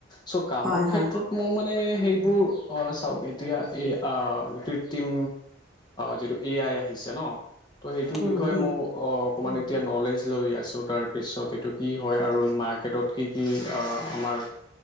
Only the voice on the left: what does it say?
চ' কামৰ
ক্ষেত্ৰত
মোৰ মানে সেইবোৰ চাওক এতিয়া এই কৃত্ৰিম যিটো এ আই আহিছে। ন <unintelligible> তো সেইটোৰ
বিষয়ে
মই অকণমান এতিয়া নলেজ লৈ আছোঁ তাৰপিছত এইটো কি হয় আৰু। মাৰ্কেটত কি কি আমাৰ